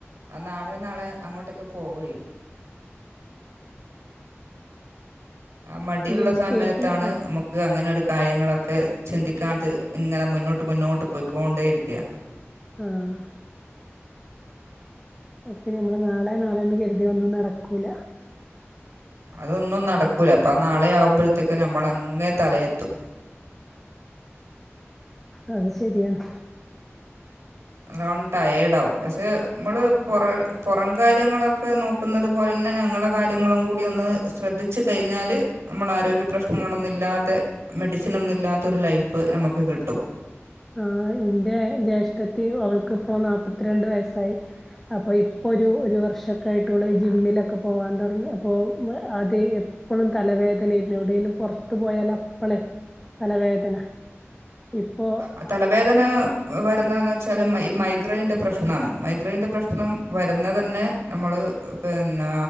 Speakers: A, on the right; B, in the centre.
A: അനാളെ നാളെ അങ്ങോട്ടേക്ക് പോവൊയ് ആ മടിയുള്ള
B: ഈ
A: സമയത്താണ്
B: കേക്കിന്
A: നമു ക്ക് അങ്ങനൊരു കാര്യങ്ങളൊക്കെ ചിന്തിക്കാതെ ഇങ്ങനെ മുന്നോട്ട് മുന്നോട്ട് പോയിക്കൊണ്ടേരിക്ക
B: ആഹ് ഒക്കെ ഞമ്മള് നാളെ നാളെ എന്ന് കരുതിയോണ്ട് നടക്കൂല
A: അതൊന്നും നടക്കൂല അപ്പ നാളെ ആകുമ്പഴ്ത്തേക്ക് നമ്മള് അങ്ങെ തലയെത്തും
B: ആ ശരിയാണ്
A: നല്ലോം ടയേഡാവും പക്ഷെ നമ്മള് പൊറ പൊറം കാര്യങ്ങളൊക്കെ നോ ഇപ്പം ഇന്നത്തെ പോലെന്നെ ഞങ്ങളെ കാര്യങ്ങളും കൂടി ഒന്ന് ശ്രദ്ധിച്ച് കഴിഞ്ഞാല് നമ്മളെ ആരോഗ്യം പ്രശ്നങ്ങളൊന്നും ഇല്ലാതെ മെഡിസിനൊന്നും ഇല്ലാത്തൊരു ലൈഫ് നമുക്ക് കിട്ടും
B: ആഹ് ഇന്റെ ജേഷ്ഠത്തി അവൾക്കിപ്പോ നാല്പ്പത്തിരണ്ട് വയസ്സായി അപ്പോ ഇപ്പോരു ഒരു വർഷൊക്കെ ആയിട്ട് ഓള് ജിമ്മിലൊക്കെ പോവാൻ തുടങ്ങി അപ്പോ അത് എ എപ്പളും തലവേദനേന്നു എവിടെലും പൊറത്തു പോയാല് അപ്പളെ തലവേദന ഇപ്പൊ
A: അഹ് തലവേദനാ വരുന്നെ ന്ന് വെച്ചാല് മൈ മൈഗ്രൈൻൻ്റെ പ്രശ്നാണ് മൈഗ്രൈയിൻ്റെ പ്രശ്നം വരുന്നതന്നെ തന്നെ നമ്മള് പിന്നെ